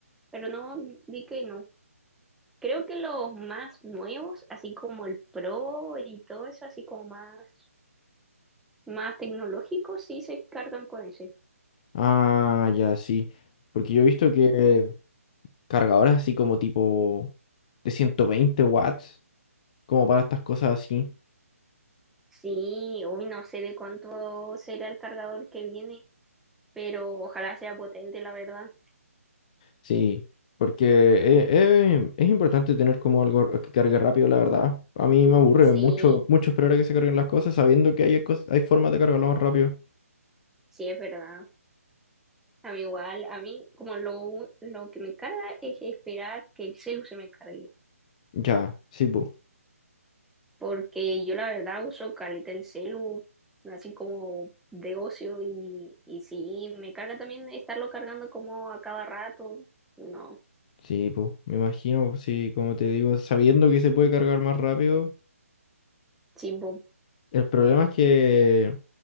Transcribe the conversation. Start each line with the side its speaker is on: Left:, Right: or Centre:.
Centre: pero no, vi que no. Creo que los más nuevos, así como el Pro y todo eso, así como más. más tecnológicos sí se cargan con eso
Left: Ah, ya, sí. Porque yo he visto que cargadores así como tipo de 120 watts, como para estas cosas así.
Centre: Sí, hoy no sé de cuánto será el cargador que viene, pero ojalá sea potente, la verdad.
Left: Sí, porque eh, eh, es importante tener como algo que cargue rápido, la verdad. A mí me aburre
Centre: Sí,
Left: mucho, mucho esperar a que se carguen las cosas sabiendo que hay, cos- hay formas de cargarlo más rápido.
Centre: sí es verdad. A mí igual, a mí como lo, lo que me carga es esperar que el celu se me cargue,
Left: Ya, sí, pues.
Centre: porque yo la verdad uso caleta el celu, así como de ocio y, y sí, me carga también estarlo cargando como a cada rato. No,
Left: Sí, pues. Me imagino, sí, como te digo, sabiendo que se puede cargar más rápido.
Centre: sí, boom
Left: El problema es que